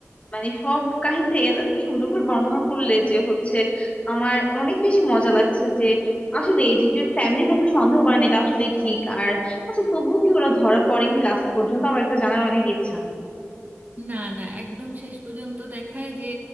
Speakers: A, on the left; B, on the right.
A: মানে সব কাহিনীটা এ- এত সুন্দর করে বর্ণনা করলে যে হচ্ছে আমার অনেক বেশি মজা লাগছে যে আসলে এই যে যে ফ্যামিলি থাকলে সন্দেহ করে না এটা আসলে ঠিক আর আচ্ছা তবুও কি ওরা ধরা পড়েনি লাস্ট পর্যন্ত আমার এটা জানার অনেক ইচ্ছা
B: না না একদম শেষ পর্যন্ত দেখায় যে